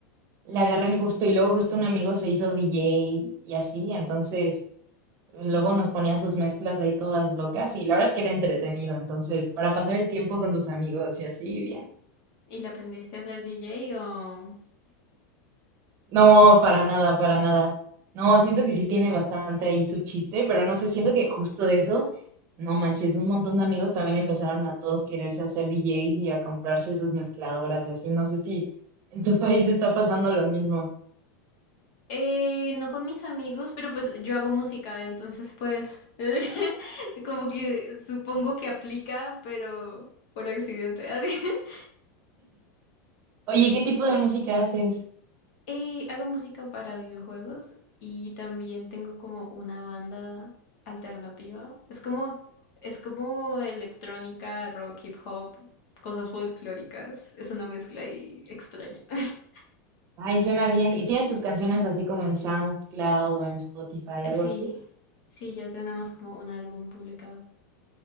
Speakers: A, on the right; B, on the left.
A: le agarré el gusto y luego justo un amigo se hizo DJ y así, entonces pues, luego nos ponía sus mezclas ahí todas locas y la verdad es que era entretenido, entonces para pasar el tiempo con tus amigos y así, bien.
B: ¿Y la aprendiste a ser DJ o...?
A: No, para nada, para nada. No, siento que sí tiene bastante ahí su chiste, pero no sé, siento que justo de eso, no manches, un montón de amigos también empezaron a todos quererse hacer DJs y a comprarse sus mezcladoras y así. No sé si en tu <laughs> país está pasando lo mismo.
B: Eh, no con mis amigos, pero pues yo hago música, entonces pues <laughs> como que supongo que aplica, pero por accidente. <laughs>
A: Oye, ¿qué tipo de música haces?
B: Eh, hago música para videojuegos y también tengo como una banda alternativa. Es como, es como electrónica, rock, hip hop, cosas folclóricas. Es una mezcla ahí extraña. <laughs>
A: Ay, suena bien. ¿Y tienes tus canciones así como en SoundCloud o en Spotify,
B: Eh,
A: algo
B: Sí,
A: así?
B: sí, ya tenemos como un álbum publicado.